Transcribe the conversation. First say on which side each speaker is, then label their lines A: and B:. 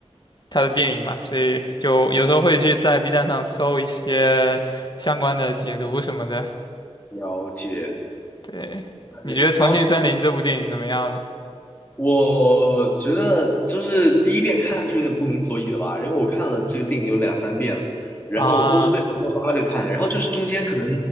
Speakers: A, on the left (about 40°); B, on the left (about 15°).
A: 他的电影嘛，所以就有时候会去在 B 站上搜一些相关的解读什么的。
B: 了解。
A: 对，你觉得《重庆森林》这部电影怎么样呢？
B: 对，当时我觉得就是第一遍看的时候有点不明所以的吧，因为我看了这个电影有两三遍了，然后都是被朋友拉着看，
A: 啊
B: 然后就是中间可能